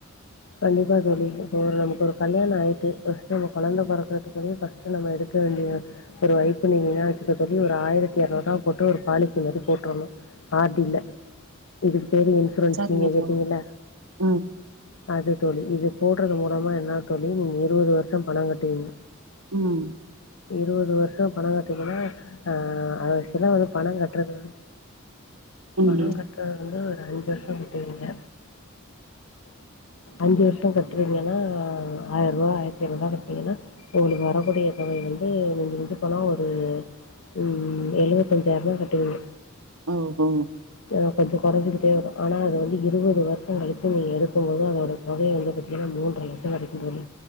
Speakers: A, on the left; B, on the right.
A: கண்டிப்பா தோழி இப்போ நமக்கு ஒரு கல்யண ஆயிட்டு பஸ்ட் நம்ம கொழந்தை பொறக்கறதுக்கூடியு பஸ் டு நம்ம எடுக்க வேண்டிய ஒரு வைப்பு நிதினா வச்சுக்க தோழி ஒரு ஆயிரத்தி எரநூறுபா போட்டு ஒரு பாலிசி மாரி போட்டுருணு ஆர் சில இதுக்கு பேரு இன்சூரன்ஸ்
B: சரிங்க
A: நீங்க கேட்டீங்கல்ல
B: தோழி ம்
A: அது தோழி இது போடறது மூலமா என்ன தோழி நீங்க இருபது வருஷொ பண கட்டுவீங்க
B: ம்
A: இருவது வருஷோ பணோ கட்றதுன்னா அ ஆக்சுவலா வந்து பணோ கட்டுறது வந்
B: ம்
A: பணோ கட்றது வந்து ஒரு அஞ்சு வருசோ கட்டுவீங்க அஞ்சு வர்ஷோ கட்டுறீங்கன்னா ஆயிர் ரூவா ஆயிரத்தி ஐநூறு ரூபா கட்றிங்கன்னா உங்களுக்கு வரக்கூடிய தொகை வந்து மிஞ்சி மஞ்சி போனா ஒரு ம் எழுவத்தஞ்சாயிர ரூபா கட்டுவிங்க
B: ஒ ஓ
A: அ கொஞ்சோ குறைஞ்சிகிட்டே வரு ஆனா அது வந்து இருவது வருஷோ கழிச்சி நீங்க எடுக்கும் போது அத அந்தத் தொகையே வந்து பாத்தீங்கன்னா மூனறரை லட்சோ கடைக்கு தோழி